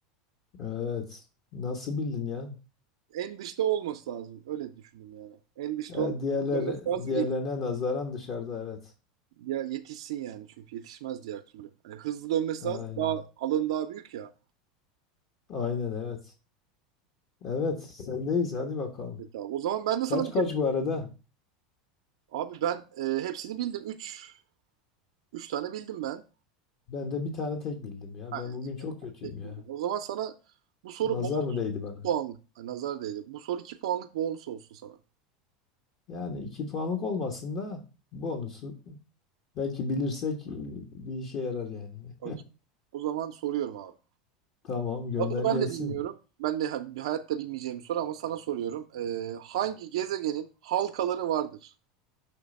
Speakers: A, on the left; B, on the right.
A: Evet. Nasıl bildin ya?
B: En dışta olması lazım. Öyle düşündüm yani. En dışta
A: E,
B: olan
A: diğerler
B: dönmesi lazım.
A: diğerlerine nazaran dışarıda evet.
B: Ya yetişsin yani çünkü yetişmez diğer türlü. Yani hızlı dönmesi
A: Aynen.
B: lazım. Daha alanı daha büyük ya.
A: Aynen evet. Evet, sendeyiz. Hadi bakalım.
B: Evet abi. O zaman ben de
A: Kaç
B: sana bir
A: kaç bu arada?
B: Abi ben e, hepsini bildim. Üç üç tane bildim ben.
A: Ben de bir tane tek bildim ya.
B: Aynen.
A: Ben bugün
B: Ben
A: çok kötüyüm
B: tek
A: ya.
B: bildim. O zaman sana bu soru
A: Nazar
B: bonus
A: mı değdi bana?
B: puanlık. Ay, nazar değdi. Bu soru iki puanlık bonus olsun sana.
A: Yani iki puanlık olmasın da bonusu belki bilirsek e, bir işe yarar yani.
B: Okey. O zaman soruyorum abi.
A: <laughs> Tamam, gönder
B: Abi bunu ben
A: gelsin.
B: de bilmiyorum. Ben de ha- hayatta bilmeyeceğim bir soru ama sana soruyorum. E, hangi gezegenin halkaları vardır?